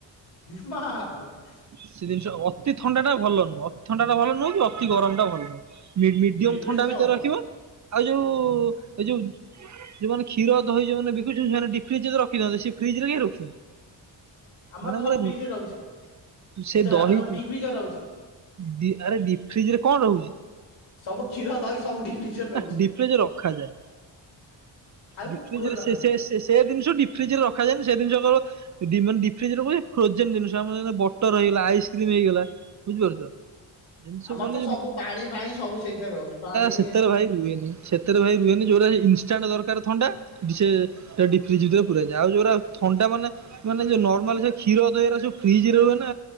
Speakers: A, on the left (about 85°); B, on the right (about 40°).
A: <unintelligible>
B: ସେ ଜିନିଷ ଅତି ଥଣ୍ଡା ଟା ଭଲ ନୁହଁ, ଅତି ଥଣ୍ଡା ଟା ଭଲ ନୁହଁ କି ଅତି ଗରମ ଟା ଭଲ ନୁହଁ। ମି-ମି-ମିଡିୟମ
A: ମିଡ୍
B: ଥଣ୍ଡା
A: ରେଞ୍ଜ ଟା
B: ଭିତରେ
A: ଭଲ
B: ରଖିବ। ଆଉ ଯୋଉ ଏ ଯୋଉ ଯୋଉମାନେ କ୍ଷୀର ଦହି ଯୋଉମାନେ ବିକୁଛନ୍ତି ସେମାନେ ଡିଫ୍ରିଜର ରଖୁ କି <unintelligible> ସେ ଫ୍ରିଜରେ କାଇଁ ରଖୁଛନ୍ତି?
A: ଆମର
B: ମାନେ
A: ତ
B: ମୋର
A: ସବୁ ଫ୍ରିଜରେ ରହୁଛି
B: ସେ
A: ଏ ସରି
B: ଦହି
A: ଆମର ସବୁ ଡିପ୍ ଫ୍ରିଜରେ ରହୁଛି।
B: ଡି ଆରେ ଡିଫ୍ରିଜରେ କଣ ରହୁଛି?
A: ସବୁ କ୍ଷୀର ଦହି ସବୁ ଡିଫ୍ରିଜର ରହୁଛି
B: ଆ ଡିଫ୍ରିଜରେ ରଖା ଯାଏ।
A: ଆଉ
B: ଡିଫ୍ରିଜରେ
A: କୋଉଠି ରଖାଯାଏ।
B: ସେ-ସେ-ସେ-ସେ ଜିନିଷ ଡିଫ୍ରିଜରେ ରଖାଯାଏନି ସେ ଜିନିଷ କେବଳ ଡ଼ି ମାନେ ଡିଫ୍ରିଜ ହୁଏ ଫୋଜେନ୍ ଜିନିଷ ଆମର ବଟର ହେଇଗଲା ଆଇସ୍କ୍ରିମ ହେଇଗଲା, ବୁଝିପାରୁଛ? ଜିନିଷ ସବୁ
A: ଆମର
B: ମାନେ,
A: ତ ପାଣି ଫାଣି ସବୁ ସେଇଥିରେ ରହୁଛି ପାଣି
B: ସେତେରେ ଭାଇ ରୁହେନି ସେ ସେଥିରେ, ଭାଇ ରୁହେନି ଯଉଟା ଇନଷ୍ଟାଣ୍ଟ ଦରକାର। ଥଣ୍ଡା ସେ ଡିଫ୍ରିଜ ଭିତରେ ପୁରାଜାଏ, ଆଉ ଯଉରା ଥଣ୍ଡା ମାନେ ମାନେ ଯୋଉ ନର୍ମାଲ ଯୋଉ କ୍ଷୀର, ଦହୀ ଗୁରା ଫ୍ରିଜରେ ରୁହେ ନା।